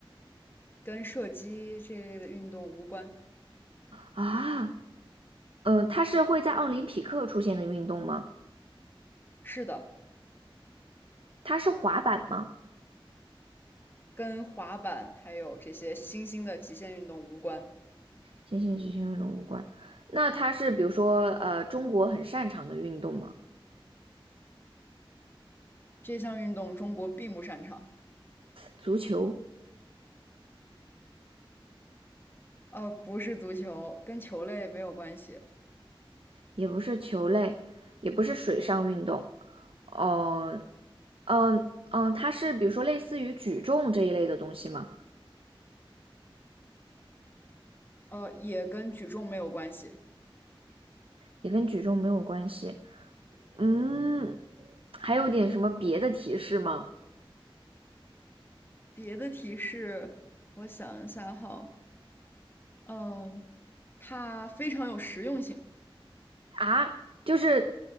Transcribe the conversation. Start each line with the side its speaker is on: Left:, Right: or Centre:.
Left: 跟射击这一类的运动无关。
Right: 啊，嗯、呃，它是会在奥林匹克出现的运动吗？
Left: 是的，
Right: 它是滑板吗？
Left: 跟滑板还有这些新兴的极限运动无关。
Right: 行行行行，运动无关。那它是比如说呃，中国很擅长的运动吗？
Left: 这项运动中国并不擅长。
Right: 足球
Left: 呃，不是足球，跟球类没有关系，
Right: 也不是球类，也不是水上运动，嗯嗯嗯，它是比如说类似于举重这一类的东西吗？
Left: 呃，也跟举重没有关系。
Right: 也跟举重没有关系。嗯，还有点什么别的提示吗？
Left: 别的提示，我想一下哈，嗯、它非常有实用性。
Right: 啊，就是